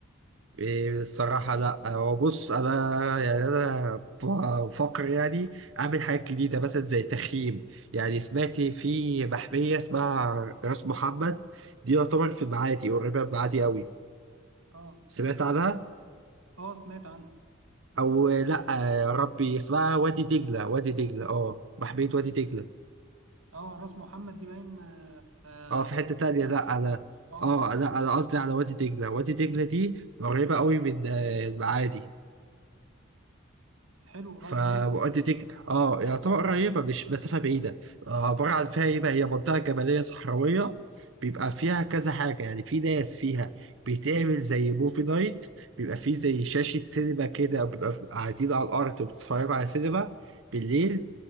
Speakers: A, on the right; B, on the right.
A: إيه، الصراحة لأ هو بص أنا يعني أنا بفكر يعني أعمل حاجات جديدة مثلا زي تخييم يعني سمعت في محمية اسمها راس محمد دي يعتبر في المعادي قريبة من المعادي أوي
B: اه
A: سمعت عنها
B: اه سمعت عنها
A: او لا آه، يا ربي اسمها وادي دجله وادي دجله اه بحبية وادي دجله
B: اه راس محمد دي باين آه، في
A: اه في حته
B: سانت
A: تانية
B: كاترين
A: لا على
B: اه
A: اه لا انا قصدي على وادي دجله وادي دجله دي قريبه قوي من آه، المعادي
B: حلو
A: فوادي
B: قريب منك
A: دجله اه يعتبر قريبه مش مسافه بعيده آه، عباره عن فيها ايه بقى هي منطقه جبليه صحراويه بيبقى فيها كذا حاجه يعني في ناس فيها بيتعمل زي موفي نايت بيبقى فيه زي شاشه سينما كده بيبقى قاعدين على الارض بتتفرجوا على سينما بالليل